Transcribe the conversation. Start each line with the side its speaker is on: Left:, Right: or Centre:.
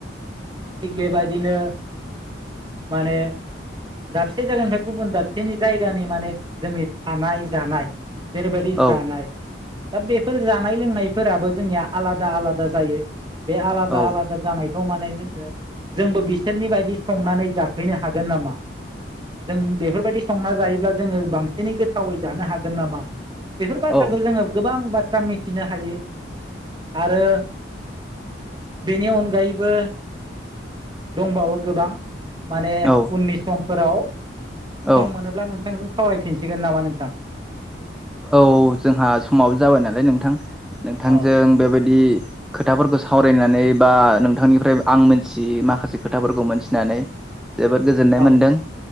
Right: थिग बेबायदिनो माने दाबसे जायगानिफाय गुबुन दाबसेनि जायगानि माने जोंनि थानाय जानाय जेरैबायदि
Centre: औ
Right: जानाय। दा बेफोर जानाय लोंनायफोराबो जोंनिया आलादा आलादा जायो बे आलादा
Centre: औ
Right: आलादा जानाय खौ माने जोङो जोंबो बिसोरनि बायदि संनानै जाफैनो हागोन नामा? जों बेफोरबायदि संना जायोब्ला जोङो बांसिनै गोथावै जानो हागोन नामा? बेफोर
Centre: औ
Right: बाथ्राखौ जोङो गोबां बाथ्रा मिथिनो हायो आरो बेनि अनगायैबो दंबावो गोबां। माने
Centre: औ
Right: उननि समफोराव
Centre: औ
Right: सम मोनोब्ला नोंथांजों सावरायफिनसिगोन नामा नोंथां?
Centre: औ जोंहा समावो जाबाय नालाय नोंथां नोंथांजों
Right: औ
Centre: बेबायदि खोथाफोरखौ सावरायनानै बा नोंथांनिफ्राय आं मोनथियै माखासे खोथाफोरखौ मोनथिनानै जोबोद गोजोननाय
Right: औ
Centre: मोनदों